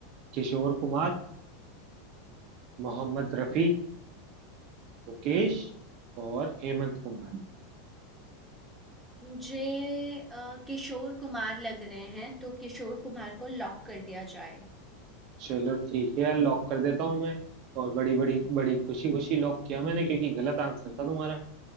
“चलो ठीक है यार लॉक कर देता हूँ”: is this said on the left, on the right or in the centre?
Right